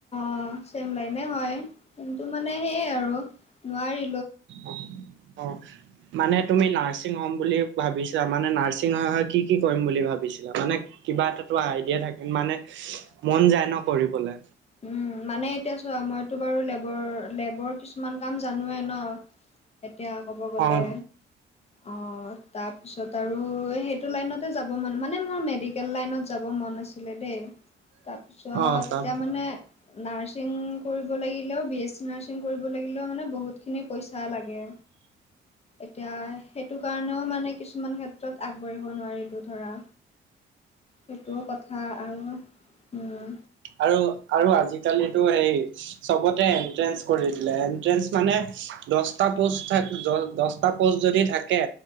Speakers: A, on the left; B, on the right.
A: অহ চেইম লাইনে হয় কিন্তু মানে সেই আৰু নোৱাৰি
B: অহ অহ মানে তুমি নাৰ্ছিং হ'ম বুলি ভাবিছা মানে নাৰ্ছিং হয় হয় কি কি কৰিম বুলি ভাবিছিলা মানে কিবা এটাতো আইডিয়া থাকে মানে মন যায় ন কৰিবলে
A: উম মানে এতিয়া চোৱা মইতো বাৰু লেবৰ লেবৰ কিছুমান কাম জানোৱেই ন এতিয়া ক'ব গ'লে
B: উম।
A: অহ তাৰপিছত আৰু এই সেইটো লাইনতে যাব মন মানে মোৰ মেডিকেল লাইনত যাব মন আছে আছিলে দেই তাৰপিছত
B: অ' তাত
A: এতিয়া মানে নাৰ্ছিং কৰিব লাগিলেও বিএছি নাৰ্ছিং কৰিব লাগিলেও মানে বহুত খিনি পইচা লাগে এতিয়া সেইটো কাৰণেও মানে কিছুমান ক্ষেত্ৰত আগবাঢ়িব নোৱাৰিলো ধৰা সেইটো কথা আৰু উম,
B: আৰু আৰু আজিকালিতো সেই চবতে এন্ট্ৰেন্ঞ্চ কৰি দিলে এনট্ৰেন্ঞ্চ মানে দচটা পোষ্ট থ দচটা পোষ্ট যদি থাকে